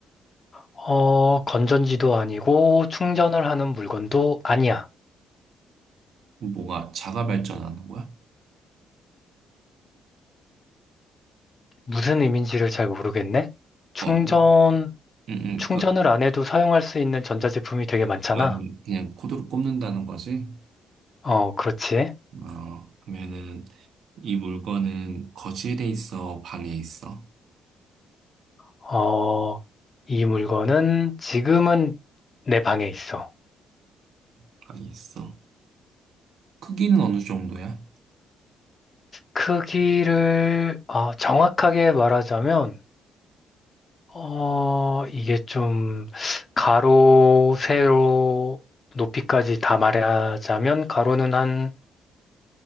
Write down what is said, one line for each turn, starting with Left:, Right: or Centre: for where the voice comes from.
Left: 어, 건전지도 아니고 충전을 하는 물건도 아니야.
Right: 뭐가 자가 발전하는 거야?
Left: 무슨 의미인지를 잘 모르겠네? 충전,
Right: 어, 음, 음,
Left: 충전을
Right: 그러니까
Left: 안 해도 사용할 수 있는 전자제품이 되게 많잖아.
Right: 막 그냥 코드로 꼽는다는 거지?
Left: 어, 그렇지.
Right: 어, 그러면은 이 물건은 거실에 있어? 방에 있어?
Left: 어, 이 물건은 지금은 내 방에 있어.
Right: 방에 있어? 크기는 어느 정도야?
Left: 크기를 어, 정확하게 말하자면, 어, 이게 좀 가로, 세로, 높이까지 다 말하자면 가로는 한,